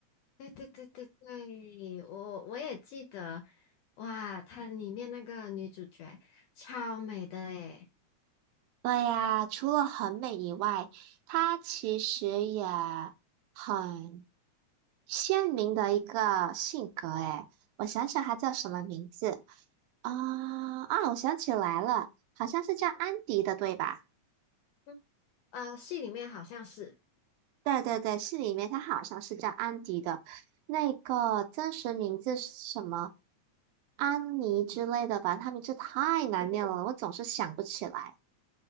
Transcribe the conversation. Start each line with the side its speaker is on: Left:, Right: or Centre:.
Left: 对对对对对，我我也记得。哇，它里面那个女主角超美的诶。
Right: 对呀，除了很美以外，它其实也很。鲜明的一个性格，哎，我想想他叫什么名字啊？啊，我想起来了，好像是叫安迪的，对吧？
Left: 嗯，啊，戏里面好像是。
Right: 对对对，是里面他好像是叫安迪的，那个真实名字是什么？安妮之类的吧，他名字太难念了，
Left: 嗯嗯。
Right: 我总是想不起来。